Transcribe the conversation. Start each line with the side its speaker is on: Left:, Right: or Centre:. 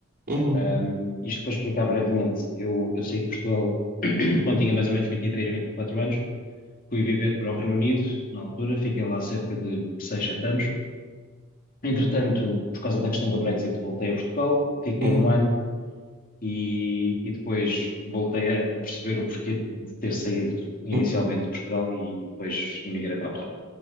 Right: Uhum,
Left: Um, isto para explicar brevemente, eu, eu saí de Portugal <clears throat> quando tinha mais ou menos vinte vinte e três vinte e quatro anos, fui viver para o Reino Unido, na altura, fiquei lá cerca de 6 7 anos. Entretanto, por causa da questão do Brexit, voltei a Portugal, fiquei
Right: uhum,
Left: um ano e, e depois voltei a perceber o porquê de ter saído inicialmente
Right: uhum,
Left: de Portugal e, e depois emigrei para a Polónia.